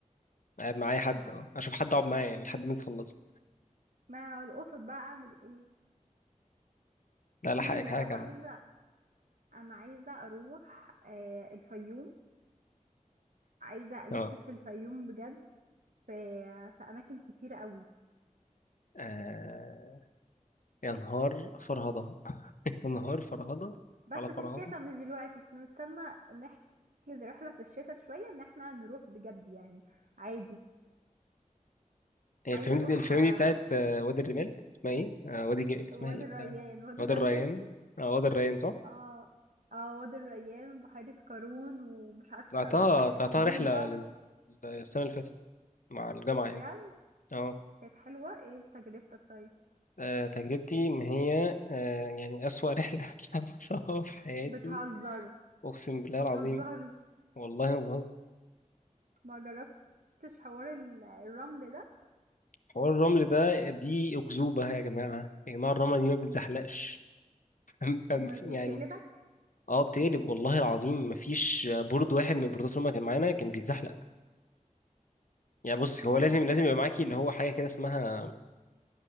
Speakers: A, on the left; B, on the right.
A: مع اي حد اه اشوف حد اقعد معاه يعني لحد ما تخلص
B: مع القطط بقى اعمل ايه
A: لا لا
B: في
A: حقك حقك
B: انا
A: عامه
B: عايزه انا عايزه اروح آه، الفيوم عايزه الف
A: اه
B: في الفيوم بجد في في اماكن كتيره قوي
A: آه، يا نهار فرهضه <laughs> يا نهار فرهضه
B: بس
A: على
B: في
A: فرهضه
B: الشتاء مش دلوقتي استنى نحجز رحله في الشتاء شويه ان احنا نروح بجد يعني عادي
A: هي
B: عايزه
A: الفيلم
B: اروح
A: دي الفيلم
B: آه،
A: دي بتاعت آه، وادي الرمال اسمها ايه آه، وادي الج- اسمها
B: وادي
A: ايه بتاع
B: الريان وادي
A: وادي
B: الريان
A: الريان
B: <laughs>
A: اه وادي الريان صح
B: اه اه وادي الريان بحيره قارون ومش عارفه
A: طلعتها
B: البحيره
A: طلعتها
B: العجيبه
A: رحلة لز- السنة اللي فاتت مع الجامعة
B: بجد
A: يعني اه
B: كانت حلوة ايه تجربتك طيب
A: آه، تجربتي إن هي آه، يعني أسوأ رحلة <laughs> طلعتها في حياتي
B: بتهزر
A: أقسم بالله
B: ما
A: العظيم
B: تهزرش
A: والله ما بهزر
B: ما جربتش حوار ال- الرمل ده
A: حوار الرمل ده دي أكذوبة يا جماعة يا جماعة الرملة دي ما بتزحلقش <laughs>
B: امال ايه
A: يعني
B: بتقلبك
A: اه بتقلب والله العظيم مفيش بورد واحد من البوردات اللي هما كان معانا كان بيتزحلق يعني بص
B: امم
A: هو لازم لازم يبقى معاكي اللي هو حاجة كده اسمها